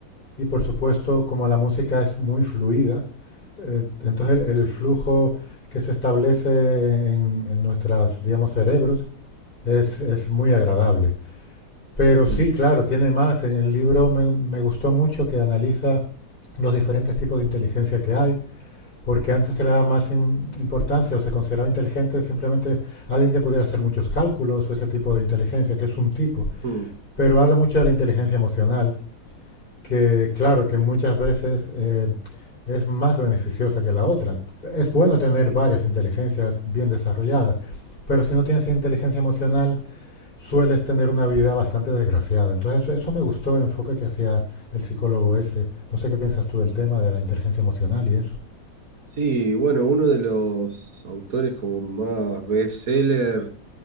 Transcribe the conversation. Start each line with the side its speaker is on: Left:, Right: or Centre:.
Left: Y por supuesto, como la música es muy fluida, eh, entonces el, el flujo que se establece en, en nuestras, digamos, cerebros es, es muy agradable. Pero sí,
Right: Mm,
Left: claro, tiene más. En el libro me, me gustó mucho que analiza los diferentes tipos de inteligencia que hay porque antes se le daba más im- importancia o se consideraba inteligente simplemente alguien que pudiera hacer muchos cálculos o ese tipo de inteligencia, que es un tipo.
Right: mm.
Left: Pero habla mucho de la inteligencia emocional, que claro, que muchas veces eh, es más beneficiosa que la otra. Es bueno tener varias inteligencias bien desarrolladas, pero si no tienes inteligencia emocional, sueles tener una vida bastante desgraciada. Entonces eso, eso me gustó el enfoque que hacía el psicólogo ese. No sé qué piensas tú del tema de la inteligencia emocional y eso.
Right: Sí, bueno, uno de los autores como más bestseller